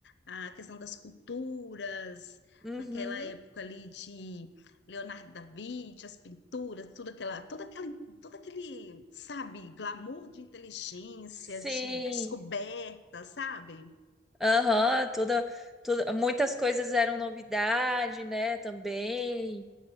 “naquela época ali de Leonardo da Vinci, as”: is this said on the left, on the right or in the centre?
Left